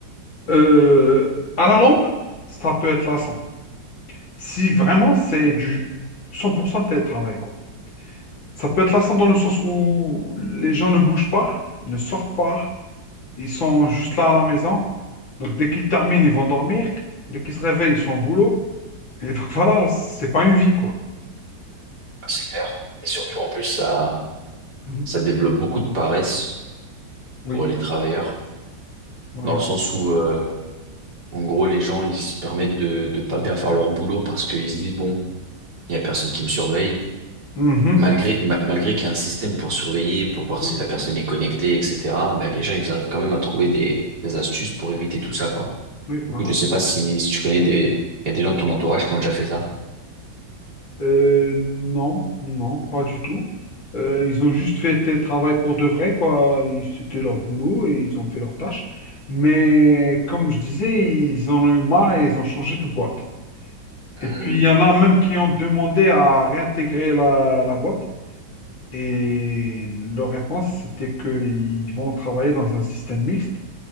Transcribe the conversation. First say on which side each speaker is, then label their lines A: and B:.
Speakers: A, on the left (about 75°); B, on the right (about 55°).
A: Euh, à la longue, ça peut être lassant. Si vraiment c'est du 100% de télétravail, quoi. Ça peut être lassant dans le sens où les gens ne bougent pas, ne sortent pas, ils sont juste là à la maison. Donc, dès qu'ils terminent, ils vont dormir. Dès qu'ils se réveillent, ils sont au boulot. Et donc, <laughs> voilà, c'est pas une vie, quoi.
B: Ah, c'est clair. Et surtout, en plus, ça,
A: Mhm.
B: ça développe beaucoup de paresse
A: Oui,
B: pour les travailleurs,
A: voilà.
B: dans le sens où, euh, en gros, les gens, ils se permettent de, de pas bien faire leur boulot parce qu'ils se disent, bon, Il n'y a personne qui me surveille.
A: Mhm.
B: Malgré, ma- malgré qu'il y ait un système pour surveiller, pour voir
A: Oui,
B: si la
A: c'est
B: personne
A: tout.
B: est connectée, etc., ben, les gens, ils arrivent quand même à trouver des, des astuces pour éviter tout ça, quoi.
A: Oui, voilà.
B: Du coup, je sais pas si, si tu connais des, il y a des gens de ton entourage qui ont déjà fait ça.
A: Euh, non, non, pas du tout. Euh, ils ont juste fait tel travail pour de vrai, quoi. Ils- C'était leur boulot et ils ont fait leur tâche. Mais comme je disais, ils en ont eu marre et ils ont changé de boîte.
B: Hmm.
A: Et puis il y en a même qui ont demandé à réintégrer la, la boîte. Et leur réponse, c'était qu'ils vont travailler dans un système mixte.